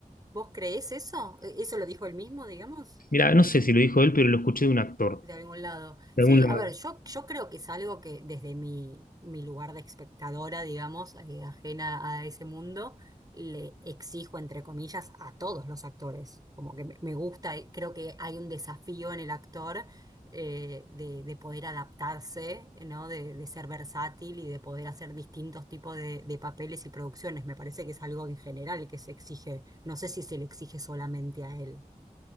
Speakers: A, on the right (about 25°); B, on the left (about 75°).
A: ¿Vos creés eso? ¿E- ¿Eso lo dijo él mismo, digamos?
B: Mira, no sé si lo dijo él, pero lo escuché de un actor.
A: De algún lado.
B: De
A: Sí,
B: algún lado.
A: a ver, yo, yo creo que es algo que desde mi, mi lugar de espectadora, digamos, eh, ajena a ese mundo, le exijo, entre comillas, a todos los actores. Como que me me gusta, eh, creo que hay un desafío en el actor eh, de, de poder adaptarse, ¿no? De, de ser versátil y de poder hacer distintos tipos de, de papeles y producciones. Me parece que es algo en general que se exige. No sé si se le exige solamente a él.